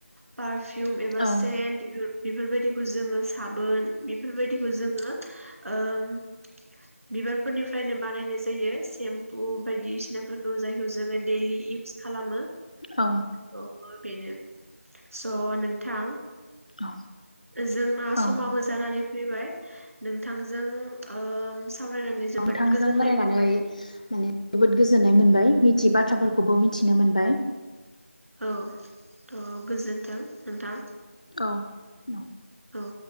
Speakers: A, on the right; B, on the left.
A: फार फिउम एबा
B: औ
A: सेन्ट बेफोरबायदिखौ जोङो साब बोन बेफोरबायदिखौ जोङो ओम बिबारफोरनिफ्रायनो बानायनाय जायो सेम्पु बायदिसिना फोरखौ जायखौ जोङो डेलि इउस खालामो
B: औ
A: थह बेनो स' नोंथां
B: औ
A: जोंना
B: औ
A: समाबो जानानै फैबाय नोंथांजों ओ सावरायनानै जोबोद
B: नोंथांजों
A: गोजोननाय
B: रायलायनानै
A: मोनबाय
B: माने जोबोद गोजोननाय मोन बाय मिथियै बाथ्राफोरखौबो मिथिनो मोनबाय।
A: औ थ' गोजोन्थों नोंथां
B: औ औ
A: औ।